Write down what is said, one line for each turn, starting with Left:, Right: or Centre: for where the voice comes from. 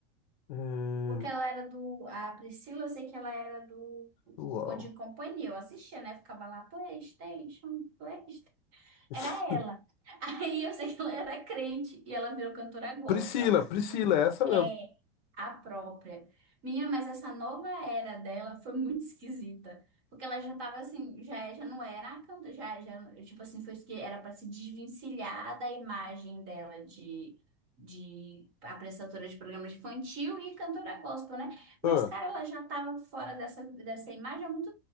Left: é,
Right: Porque ela era do. A Priscila, eu sei que ela era do,
Left: bissexual.
Right: do Bom Dia e Companhia. Eu assistia, né? Ficava lá, PlayStation, PlayStation.
Left: <laughs>
Right: Era ela. <laughs> Aí eu sei que ela era crente e ela virou cantora gospel.
Left: Priscila,
Right: Ela canta
Left: Priscila, é essa mesmo.
Right: é a própria. Minha, mas essa nova era dela foi muito esquisita. Porque ela já tava assim, já, já não era a cantora, já, já, tipo assim, foi isso que era para se desvencilhar da imagem dela de, de apresentadora de programas infantil e cantora gospel, né? Mas,
Left: Ah,
Right: cara, ela já tava fora dessa, dessa imagem há muito